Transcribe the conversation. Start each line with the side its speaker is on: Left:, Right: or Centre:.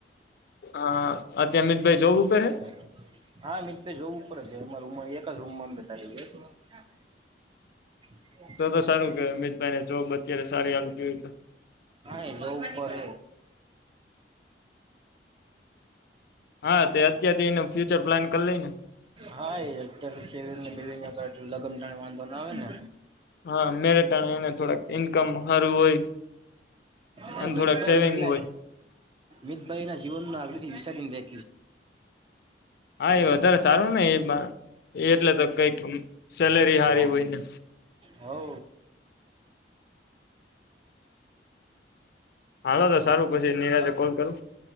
Left: હા અત્યારે મિતભાઈ
Right: <inaudible>
Left: જોબ ઉપર હે
Right: હા, મિતભાઈ જોવું પડે છે એમાં રુમાં એક કા રૂમમા બેઠા ગયા <inaudible> હા
Left: તો તો સારું કે મિતભાઈને જોબ અત્યારે સારી હાલતી હોય તો
Right: એ જોઉં પરે.
Left: હા તે અત્યારથી એનો ફ્યુચર પ્લાન કરી લઈ ને
Right: હા, એ અત્યાર સેવીને બેવી <inaudible> <inaudible> ને વાંધો નો આવે ને.
Left: હા મેરેજ ટાણે એને થોડુક ઈન્કમ હારું હોય.
Right: હા
Left: અને
Right: મિતભાઈ
Left: થોડાક સેવિંગ
Right: એટલે
Left: હોય
Right: મિતભાઈ ના જીવન નું આગળથી વિચારીને દે
Left: હા એ વધારે સારું ને એ એટલે તો કઈક સેલેરી હારી
Right: <inaudible> હા.
Left: હોય ને
Right: હઓ.
Left: હાલો તો સારું પછી નિરાતે
Right: હા.
Left: કોલ કરું